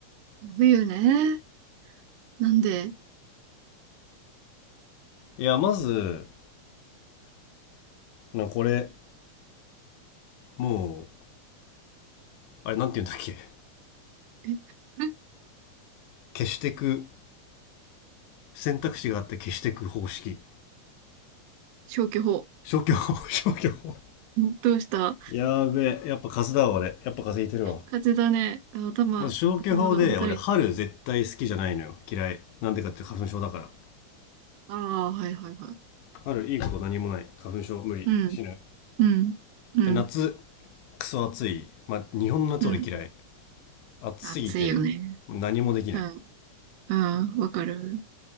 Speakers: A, on the right (about 85°); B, on the left (about 80°).
A: 冬ね。なんで、
B: いや、まず、なこれ、もう、あれなんて言うんだっけ。
A: え、<laughs>
B: 消してく、選択肢があって消してく方式。
A: 消去法。
B: 消去法、<laughs> 消去法。
A: んどうした
B: やーべえ、やっぱ数だわ、俺。やっぱ風いてるわ。
A: 風邪だね。あ頭、
B: まず消去法で、
A: 頭が働いてる。
B: 俺春絶対好きじゃないのよ。嫌い。なんでかって花粉症だから。
A: ああ、はいはいはい。
B: 春いいこと何もない。花粉症無理。
A: うん、
B: 死ぬ。
A: うん、うん、
B: で、夏、クソ暑い。まあ、日本の夏俺嫌い。
A: うん。
B: 暑すぎて、
A: 暑いよね。
B: 何もできない。
A: うん。うん。わかる。